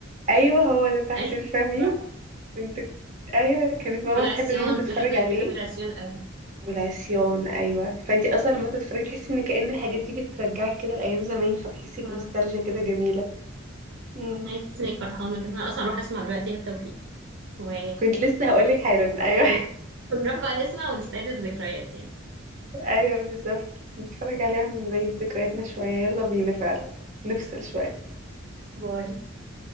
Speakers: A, on the right (about 40°); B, on the right (about 60°).
A: ايوه هو ده بتاع حسين
B: أيوة
A: فهمي
B: صح.
A: كنت ايوه كانت ماما
B: والعصيان
A: بتحب دايما تتفرج
B: كنت بحب
A: عليه
B: بحب العصيان قوي
A: والعصيان ايوه فانتي اصلا لما تتفرجي تحسي ان كأن الحاجات دي بترجعك كده لايام زمان فتحسي بنوستالجيا
B: أيوة
A: كده جميله مم.
B: أيوة، تحسي إنك فرحانة كده أنا أصلا هروح أسمع دلوقتي إيهاب توفيق و
A: كنت لسه هقول لك حالا ايوه
B: أيوة نروح بقى نسمع ونستعيد الذكريات يعني
A: <laughs> ايوه بالظبط نتفرج عليها ونعيد ذكرياتنا شويه يلا بينا فعلا نفصل شويه
B: باي